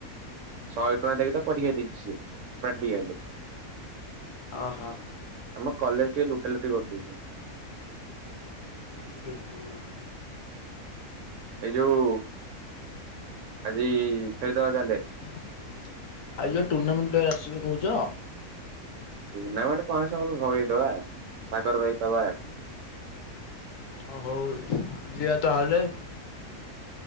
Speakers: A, on the right; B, on the left.
A: ଶହେ ଟଙ୍କା ଦେଇ କି ତପରିକ୍ଷାଦେଇଛି ସେ ପ୍ରାକ୍ଟିକାଲ।
B: ଅହୋ।
A: ଆମ କଲେଜ ଟିକେ ଲୁଟା ଲୁଟି କରିଦେଇଉଛନ୍ତି।
B: ବୁଝିଲି ହଁ।
A: ଏଇ ଯୋଉ ଆଜି ଖେଳି ଦେବା ତାହାଲେ।
B: ଆଜି ବା ଟୁର୍ଣ୍ଣାମେଣ୍ଟ ପ୍ରେ ଆସିବ କହୁଛ।
A: ଟୁର୍ଣ୍ଣାମେଣ୍ଟ କଣ ସମସ୍ତ ଙ୍କୁ ଭଗେଇଦବା ସାଗର ଭାଇ ଦବା।
B: ଆ ହଉ ଯିିବା ତାହେଲେ।